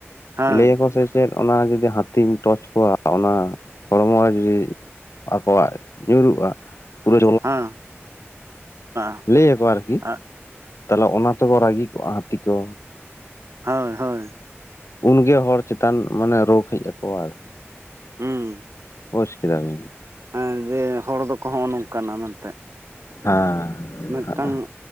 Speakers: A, on the right; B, on the left.
A: ᱦᱮᱸ
B: ᱞᱟᱹᱭ ᱟᱠᱚ ᱥᱮ ᱪᱮᱫ ᱚᱱᱟ ᱡᱩᱫᱤ ᱦᱟᱹᱛᱤᱢ ᱴᱚᱪ ᱠᱚᱣᱟ ᱚᱱᱟ ᱦᱚᱲᱢᱚ ᱡᱩᱫᱤ ᱟᱠᱚᱣᱟᱜ ᱧᱩᱨᱩᱜᱼᱟ, ᱯᱩᱨᱟᱹ
A: ᱦᱮᱸ <unintelligible>
B: ᱞᱟᱹᱭ ᱟᱠᱚ ᱟᱨᱠᱤ,
A: <unintelligible>
B: ᱛᱟᱦᱚᱞᱮ ᱚᱱᱟ ᱛᱮᱦᱚ ᱨᱟᱹᱜᱤ ᱠᱚᱜᱼᱟ ᱦᱟᱹᱛᱤ ᱠᱚ᱾
A: ᱦᱳᱭ ᱦᱳᱭ᱾
B: ᱩᱱ ᱜᱮ ᱦᱚᱲ ᱪᱮᱛᱟᱱ ᱢᱟᱱᱮ ᱨᱳᱜᱽ ᱦᱮᱡ ᱟᱠᱚᱣᱟ ᱟᱨᱠᱤ᱾
A: ᱦᱩᱸᱢ
B: ᱵᱩᱡᱽ ᱠᱮᱫᱟ ᱵᱤᱱ᱾
A: ᱦᱮᱸ ᱡᱮ ᱦᱚᱲ ᱫᱚᱠᱚ ᱦᱚᱜᱼᱚ ᱱᱚᱜ ᱱᱚᱝᱠᱟᱱᱟ ᱢᱮᱱᱛᱮ᱾
B: ᱦᱮᱸ
A: ᱢᱤᱫᱴᱟᱝ